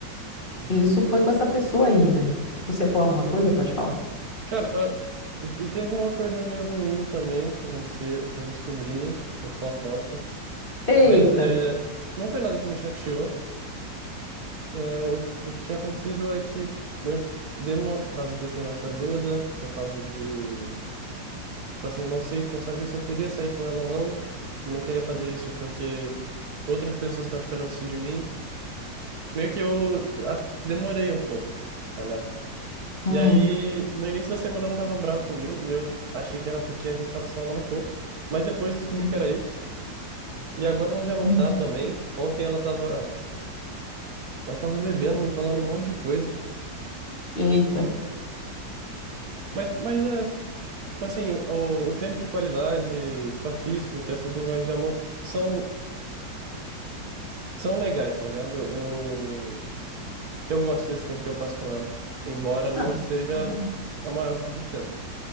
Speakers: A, on the right; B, on the left.
A: Uhum.
B: E isso foi com essa pessoa aí, né? Você ia falar alguma coisa? Pode falar.
A: Cara, ah, e e teve uma coisa meio ruim também que aconteceu, que eu descobri por fofoca.
B: Eita!
A: Mas é, não foi nada que me chateou. É, o, o que tinha acontecido é que eu demorei, por causa desse negócio da Duda, por causa de, tipo assim, não sei, não sabia se eu queria sair com ela ou não, e não queria fazer isso porque outras pessoas estavam esperando isso de mim. Meio que eu a- demorei um pouco, tá ligado?
B: Hum.
A: E aí, no início da semana ela tava brava comigo, e eu achei que era porque a gente tava se falando um pouco, mas depois descobri
B: Hum.
A: que era isso. E agora ela já não
B: Uhum.
A: tá também. Ontem ela tava, ela tava bebendo, me falando um monte de coisa.
B: Eita!
A: Mas, mas é, tipo assim, o, o o tempo de qualidade, toque físico, dessas linguagens de amor são, são legais, tá ligado? Eu, eu, eu gosto desse tempo que eu passo com ela, embora não
B: Ah,
A: seja
B: legal.
A: a maior parte do tempo.